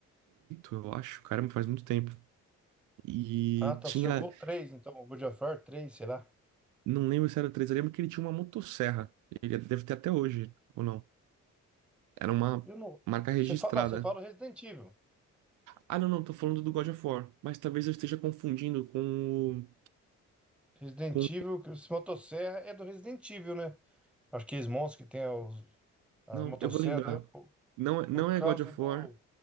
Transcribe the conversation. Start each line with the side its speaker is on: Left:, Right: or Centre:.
Right: eu acho. Caramba, faz muito tempo. E
Centre: Ah, tá,
Right: tinha,
Centre: você jogou o 3, então, o God of War 3, será?
Right: não lembro se era 3, eu lembro que ele tinha uma motosserra. Ele deve ter até hoje, ou não. Era uma
Centre: Eu não.
Right: marca registrada.
Centre: Você fala, você fala do Resident Evil.
Right: Ah, não, não, tô falando do God of War. Mas talvez eu esteja confundindo com o.
Centre: Resident
Right: Com...
Centre: Evil, que esse motosserra é do Resident Evil, né? Acho que eles monstros que tem os, a
Right: Não,
Centre: motosserra.
Right: eu vou lembrar.
Centre: eu-
Right: Não, é- não
Centre: no caso
Right: é God of
Centre: do.
Right: War,